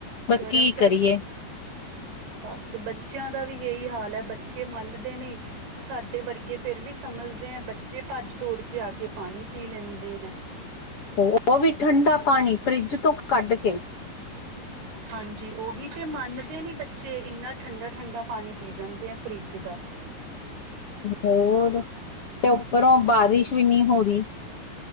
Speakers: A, on the left; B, on the right.
A: ਬਸ
B: ਗਰਮ-ਸਰਦ
A: ਕੀ ਕਰੀਏ
B: ਬਸ ਬੱਚੇਆਂ ਦਾ ਵੀ ਏਈ ਹਾਲ ਐ, ਬੱਚੇ ਮੰਨਦੇ ਨੀ। ਸਾਡੇ ਵਰਗੇ ਫਿਰ ਵੀ ਸਮਝਦੇ ਆ, ਬੱਚੇ ਭੱਜ ਦੌੜ ਕੇ ਆ ਕੇ ਪਾਣੀ ਪੀ ਲੈਂਦੇ ਐ।
A: ਓ ਵੀ ਠੰਢਾ ਪਾਣੀ ਫਰਿੱਜ ਤੋਂ ਕੱਢ ਕੇ।
B: ਹਾਂਜੀ ਓਹੀ ਤੇ ਮੰਨਦੇ ਨੀ ਬੱਚੇ ਇੰਨਾ ਠੰਡਾ-ਠੰਡਾ ਪਾਨੀ ਪੀ ਜਾਂਦੇ ਐ ਫਰਿੱਜ ਦਾ।
A: ਹੋਰ ਤੇ ਉੱਪਰੋਂ ਬਾਰਿਸ਼ ਵੀ ਨੀ ਹੋ ਰੀ।